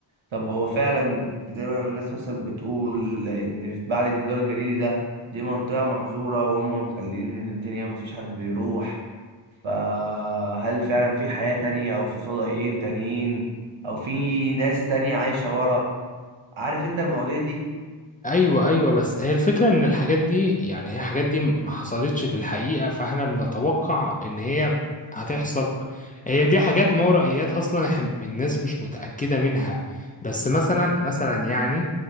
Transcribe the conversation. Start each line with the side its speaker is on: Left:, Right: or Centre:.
Right: طب هو فعلا زي ما الناس مثلا بتقول ان بعد الجدار الجليدي ده دي منطقة محظورة وهم مخلين الدنيا مفيش حد بيروح فهل فعلا في حياة تانية او في فضائيين تانيين او في ناس تانية عايشة ورا عارف انت المواضيع دي
Left: ايوه ايوه بس هي الفكره ان الحاجات دي يعني هي الحاجات دي ما حصلتش في الحقيقه فاحنا بنتوقع ان هي هتحصل هي دي حاجات ما ورائيات اصلا إحنا- الناس مش متاكده منها بس مثلا مثلا يعني